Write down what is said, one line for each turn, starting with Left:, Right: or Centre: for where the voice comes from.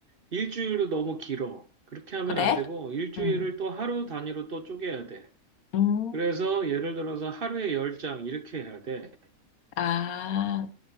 Right: 일주일도 너무 길어. 그렇게 하면
Left: 그래?
Right: 안 되고, 일주일을
Left: 음,
Right: 또 하루 단위로 또 쪼개야 돼.
Left: 음,
Right: 그래서 예를 들어서 하루에 10장 이렇게 해야 돼.
Left: 아.